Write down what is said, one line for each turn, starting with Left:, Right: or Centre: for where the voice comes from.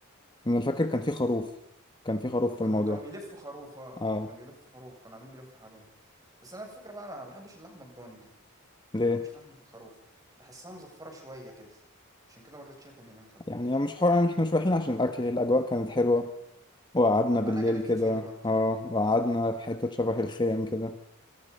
Left: أنا فاكر كان في خروف كان في خروف في الموضوع
Right: كان كانوا بيلفوا خروف اه
Left: اه
Right: كانوا بيلفوا خروف كانوا قاعدين بيلفوا حوالينا بس انا الفكرة بقى ما بحبش اللحمة الضاني دي
Left: ليه
Right: ما بحبش لحمة الخروف بحسها مزفرة شوية كده عشان كده ما رضيتش اكل هناك لو فاكر
Left: يعني مش حوار يعني احنا مش رايحين عشان الأكل هي الأجواء كانت حلوة وقعدنا
Right: كان
Left: بالليل
Right: معانا أجانب كتير
Left: كده
Right: برضو
Left: اه وقعدنا في حتة شبه الخيم كده